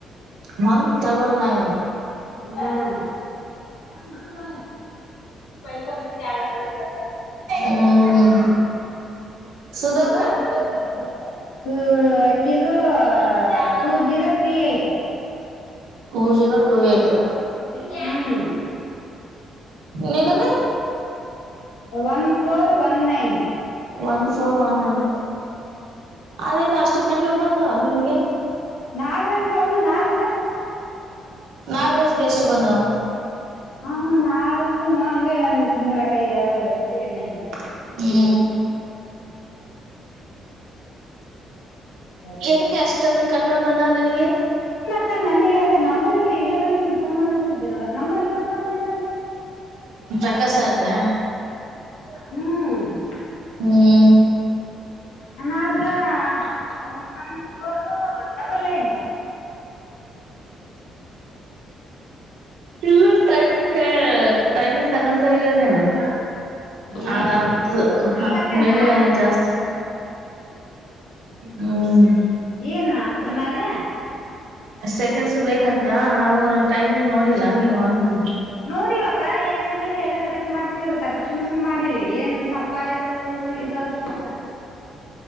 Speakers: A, on the right; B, on the left.
A: ಮಂತ್ರ <unintelligible> ಬಲ್ ನನ
B: ಹಾ.... ಫೈವ್ ಪರ್ಸೆಂಟ್ ಆಯರ್ <inaudible> ಪ್ಲಸ್ ಆಗ್ತಲ್ಲ
A: ಹ್ಮ್
B: ೈರ್
A: ಸುಧಾದು
B: ಇಲ್ಲ <unintelligible> ಹ್ಮ್ ಹಾಕ್ಕಿದು two zero three eight
A: tour zero two eight.
B: ಹ್ಮ್
A: ನಿನೀಗ?
B: One four one nine.
A: One four one ನನ್ ಅದೇನು ಅಷ್ಟು ಕಡಿಮೆ ಬಂದವ ನಿನಗೆ.
B: ನಾಗರಾಜ ಅವರು ನಾಗರ
A: ನಾಗರಾಜ್ಗ್ ಎಷ್ಟು ಬಂದಾವ?
B: ಹ ನಾನು ಹಂಗ ನವು ಸುಂದರ ಕೈ <unintelligible>
A: <inaudible>
B: <inaudible> ಸರಿ
A: ಎದಕ್ಕೆ ಎಷ್ಟೊಂದು ಕಡಿಮೆ ಬಂದಾವ ನಿನಗೆ?
B: ಹ ಅಕ್ಕ ನನಗದೇ ನಂಬರ್ ಇಲ್ಲಿ ಇಲ್ಲಂದ್ರಗನ್ ಫೋನ್ ಮಾಡಿಡ್ದ್ದೆ ನೋಡಕ್ ನಂಬರ್ ಇದ್ರ ಕೊಡಕಕ್ ನಿನ್ನ ಹತ್ರ.
A: ಪ್ರಕಾಶ ಸರ್ ದಾ
B: ಹ್ಮ್.
A: ಹ್ಮ್.
B: ಅಣ್ಣ ಅದ ಒನ್ ಫೋರ್ ಡಬಲ್ ನೈನ್
A: ಇಲ್ಲ ಟೈಮಿಂಗ್ ಟೈಮಿಂಗ್ ತಗೊಂತ ಇಲ್ಲನೆೇನ ಅವ್ನು
B: ಏ
A: ಆ ಹತ್ತು
B: ಅಲ್ಲಕ್ಕ
A: ಹತ್ತು ಮೇಲೆ
B: ನಾನ
A: ಜಾಸ್ತಿ ಹ್ಮ್.
B: ಏನು ಹತ್ರ ಮೇಲೆ
A: ಸೆಕೆಂಡ್ಸ್ ಬೇಕಂತ ಅವು ಟೈಮಿಂಗ್ ನೋಡಿಲ್ಲ ನೀವು ಅಂದ
B: ನೋಡಿವಕ್ಕ ಹೇಳ್ಮೇಳೆ ಎಲ್ಲಾ ಕರೆಕ್ಟ್ ಮಾಡ್ಸವ ಕರೆಪ್ಕ್ಷನ್ಗನು ಮಾಡಿ ಏನ್ ತಪ್ಪ ಆಯತು. ಅಂದ್ರುನೂ ಇದ ಆಗ್ಬೇಕಲ್ಲ.